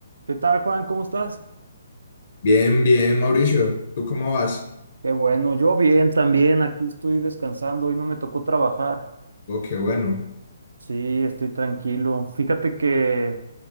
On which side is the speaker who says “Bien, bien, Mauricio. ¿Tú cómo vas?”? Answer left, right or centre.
Left